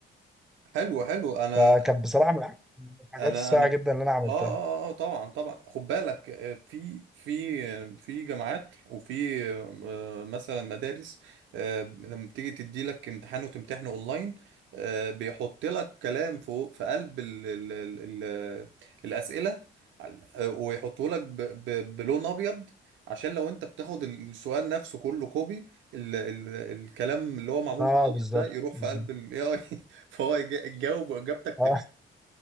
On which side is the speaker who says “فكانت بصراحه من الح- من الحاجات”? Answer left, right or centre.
Centre